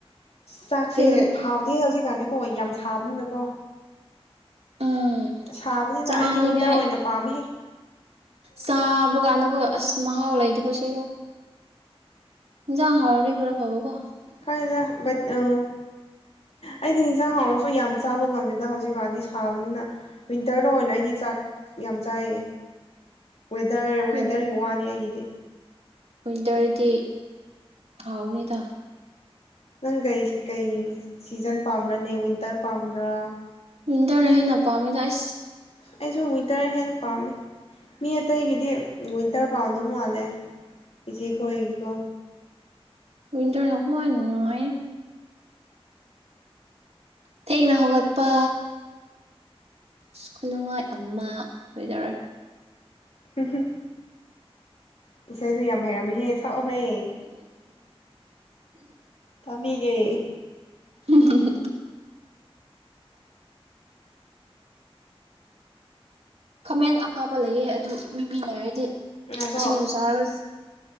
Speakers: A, on the left; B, on the right.
A: ꯆꯁꯤꯦ
B: ꯑꯌꯨꯛꯗ
A: ꯍꯥꯞꯗꯤ ꯍꯧꯖꯤꯛ ꯌꯥꯅꯤꯀꯣ ꯑꯩ ꯌꯥꯝ ꯁꯥꯕꯅꯤꯅꯀꯣ
B: ꯎꯝ
A: ꯁꯥꯕꯅꯤꯅ
B: ꯆꯥꯅꯤꯡꯉꯥꯏ
A: ꯑꯩꯗꯤ ꯋꯤꯟꯇꯔ ꯑꯣꯏꯅ ꯄꯥꯝꯃꯤꯍꯦ
B: ꯆꯥꯕ ꯀꯥꯟꯗꯒ ꯑꯁ ꯃꯍꯥꯎ ꯂꯩꯗꯕꯁꯨ ꯌꯦꯕꯣ ꯌꯥꯥ ꯍꯔꯗꯤ ꯈꯔ ꯍꯥꯎ ꯀꯣ
A: ꯀꯥꯏꯗ ꯑ ꯑꯩꯗꯤ ꯌꯦꯟꯁꯥꯡ ꯍꯥꯎꯔꯁꯨ ꯌꯥꯝ ꯆꯥꯕ ꯉꯝꯗ ꯑꯗ ꯍꯧꯖꯤꯛꯀꯥꯟꯗꯤ ꯁꯥꯕꯅꯤꯅ ꯋꯤꯟꯇꯔꯗ ꯑꯣꯏꯅ ꯑꯩꯗꯤ ꯆꯥꯛ ꯌꯥꯝ ꯆꯥꯏ ꯋꯦꯗꯔ ꯋꯦꯗꯔꯒꯤ
B: ꯋꯤꯟ
A: ꯋꯥꯅꯤ ꯑꯩꯒꯤꯗꯤ
B: ꯋꯤꯟꯇꯔꯗꯤ ꯍꯥꯎꯅꯤꯗ
A: ꯅꯪ ꯀꯩ ꯀꯩ ꯁꯤꯖꯟ__ ꯄꯥꯝ꯭ꯔꯅꯦ ꯋꯟꯇꯔ ꯄꯥꯝꯕ꯭ꯔꯥ
B: ꯃꯤꯋꯟꯇꯔꯅꯍꯦꯄꯥꯎ ꯑꯃꯤ ꯂꯥꯏ
A: ꯑꯩꯁꯨ ꯋꯤꯟꯇꯔ ꯍꯦꯟꯅ ꯄꯥꯝꯃꯦ ꯃꯤ ꯑꯇꯩꯒꯤꯗꯤ ꯋꯤꯟꯇꯔ ꯄꯥꯎꯟꯗꯧ ꯃꯥꯜꯂꯦ ꯏꯆꯦ ꯈꯣꯏꯒꯤꯀꯣ
B: ꯀꯣꯏ ꯇ ꯅꯀꯏ ꯅꯥꯏ ꯊꯦꯡꯅ ꯍꯧꯒꯠꯄ ꯈꯨꯅꯨꯡꯉꯥꯏ ꯑꯃ ꯑꯣꯏꯗꯧꯔꯦ
A: ꯍꯝ ꯍꯝ ꯏꯁꯩꯁꯨ ꯌꯥꯝ ꯍꯩꯔꯝꯃꯤꯍꯦ ꯁꯛꯑꯣꯍꯦ ꯇꯥꯕꯤꯒꯦ
B: ꯎꯝ ꯈꯃꯦꯟ ꯍꯥꯞꯄ ꯂꯩꯑꯦ ꯑꯗꯨ ꯃꯤꯃꯤ ꯂꯩꯔꯗꯤ
A: ꯉꯥꯏꯈꯣ
B: ꯁꯤꯁꯨ ꯆꯥꯔꯁꯤ